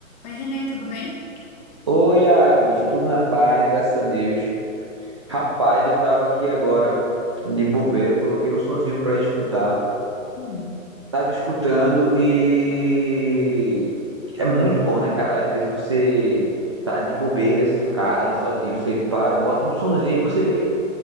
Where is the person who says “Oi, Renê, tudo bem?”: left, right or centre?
Left